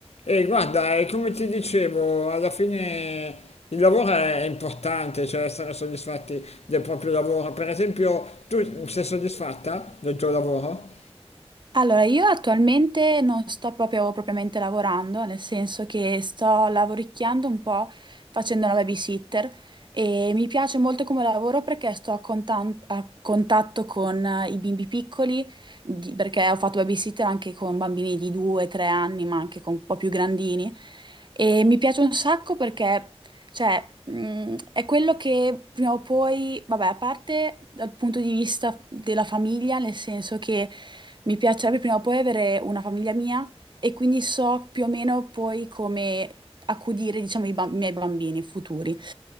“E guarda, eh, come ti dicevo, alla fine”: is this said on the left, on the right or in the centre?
Left